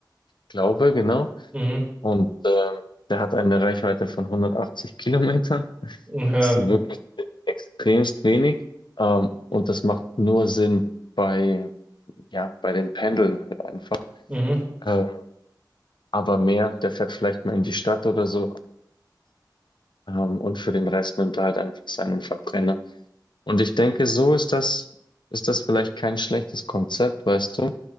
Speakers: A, on the left (about 80°); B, on the right (about 15°).
A: glaube, genau.
B: Mhm.
A: Und ähm, der hat eine Reichweite von 180 Kilometern. Das
B: Ja,
A: ist wirklich extremst wenig. Ähm, und das macht nur Sinn bei, ja, bei den Pendeln halt einfach.
B: mhm.
A: Ähm, aber mehr, der fährt vielleicht mal in die Stadt oder so. Ähm, und für den Rest nimmt er halt einfach seinen Verbrenner. Und ich denke, so ist das, ist das vielleicht kein schlechtes Konzept, weißt du?